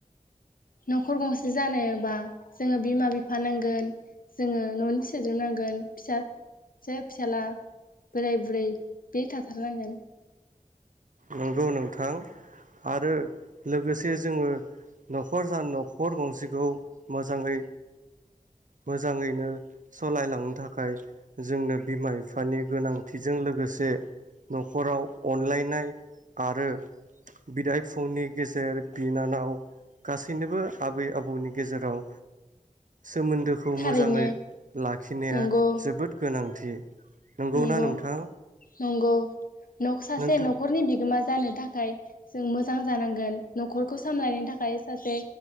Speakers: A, on the left; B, on the right.
A: न'खर गंसे जानोबा जोङो बिमा बिफा नांगोन जोङो न'नि सोद्रोबनांगोन फिसाजो फिसाज्ला बोराय बुरै बे थाथारनांगोन
B: नंगौ नोंथां आरो लोगोसे जोङो न'खर स न'खर गंसेखौ मोजाङै मोजाङैनो सालायलांनो थाखाय जोंनो बिमा बिफानि गोनांथिजों लोगोसे न'खराव अनलायनाय आरो बिदाय फुंनि गेजेर बिनानाव गासैनोबो आबै आबौ बौनि गेजेराव सोमोन्दोखौ
A: थारैनो
B: मोजाङै लाखिनाया
A: नंगौ
B: जोबोद गोनां थि नंगौना
A: नंगौ
B: नोंथां?
A: नंगौ नख सासे
B: नोंथां
A: न'खरनि बिगोमा ज जानो थाखाय जों मोजां जानांगोन न'खरखौ सामलायनो थाखाय सासे